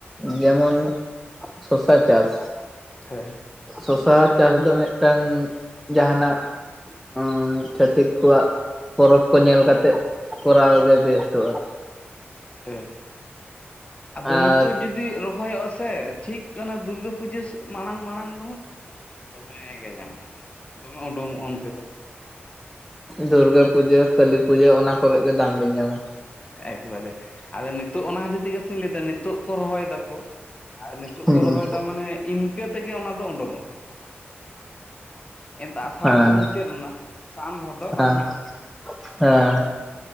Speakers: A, in the centre; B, on the left.
A: ᱡᱮᱢᱚᱱ ᱥᱚᱥᱟ ᱪᱟᱥ
B: ᱴᱷᱮ
A: ᱥᱚᱥᱟ ᱪᱟᱥ ᱫᱚ ᱢᱤᱫᱴᱟᱝ ᱡᱟᱸᱦᱟᱱᱟᱜ ᱦᱚᱭ ᱪᱷᱟᱹᱛᱤᱠ ᱠᱚᱣᱟᱜ ᱯᱚᱨᱚᱵᱽ ᱠᱚ ᱧᱮᱞ ᱠᱟᱛᱮᱜ ᱠᱚᱨᱟᱣ ᱜᱮ ᱵᱮᱥᱴᱚᱜᱼᱟ᱾
B: ᱦᱮ ᱟᱫᱚ
A: ᱟᱨ
B: ᱱᱤᱛᱚᱜ ᱡᱩᱫᱤ ᱨᱚᱦᱚᱭᱚᱜᱼᱟ ᱥᱮ ᱴᱷᱤᱠ ᱠᱟᱱᱟ ᱫᱩᱨᱜᱟᱹ ᱯᱩᱡᱟᱹ ᱢᱟᱲᱟᱝ ᱢᱟᱲᱟᱝ ᱫᱚ ᱫᱚᱢᱮ ᱜᱮ ᱧᱟᱢᱚᱜᱼᱟ, ᱫᱚᱢᱮ ᱩᱰᱩᱝ ᱚᱜᱼᱟ ᱚᱱᱛᱮ ᱫᱚ᱾
A: ᱫᱩᱨᱜᱟᱹ ᱯᱩᱡᱟᱹ ᱠᱟᱹᱞᱤ ᱯᱩᱡᱟᱹ ᱚᱱᱟ ᱠᱚᱨᱮ ᱜᱮ ᱫᱟᱢ ᱵᱮᱱ ᱧᱟᱢᱟ᱾
B: ᱮᱠᱵᱟᱨᱮ ᱟᱫᱚ ᱱᱤᱛᱚᱜ ᱚᱱᱟ ᱤᱫᱤ ᱛᱮᱜᱮᱛᱤᱧ ᱞᱟᱹᱭᱫᱟ ᱱᱤᱛᱚᱜ ᱠᱚ ᱨᱚᱦᱚᱭ ᱫᱟᱠᱚ ᱟᱨ ᱱᱤᱛᱚᱜ
A: ᱦᱩᱸ
B: ᱠᱚ ᱨᱚᱦᱚᱭ ᱫᱟ ᱢᱟᱱᱮ ᱤᱱᱠᱟᱹ ᱛᱮᱜᱮ ᱚᱱᱟ ᱫᱚ ᱚᱰᱚᱝ ᱚᱜ ᱛᱟᱠᱚᱣᱟ᱾ ᱮᱱᱛᱟ ᱟᱥᱟᱲ
A: ᱦᱮᱸ
B: ᱫᱚ ᱢᱩᱪᱟᱹᱫ ᱮᱱᱟ ᱥᱟᱱ ᱵᱷᱟᱫᱚᱨ
A: ᱦᱮᱸ
B: ᱟᱹᱥᱤᱱ
A: ᱦᱮᱸ
B: ᱛᱟᱦᱟᱞᱮ